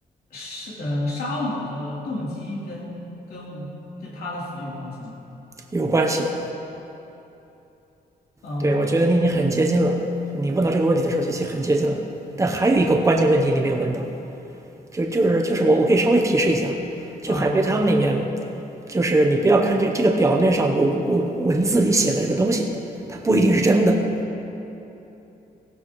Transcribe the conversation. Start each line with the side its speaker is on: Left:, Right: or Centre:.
Left: 是呃杀我的动机跟跟跟他的死有关系吗？
Right: 有关系，
Left: 呃
Right: 对，我觉得你已经很接近了。你问到这个问题的时候，就已经很接近了。但还有一个关键问题你没有问到，就就是就是我我可以稍微提示一下，就海龟汤里面，
Left: 啊，好，
Right: 就是你不要看这个这个表面上我我我文字里写的这个东西，它不一定是真的。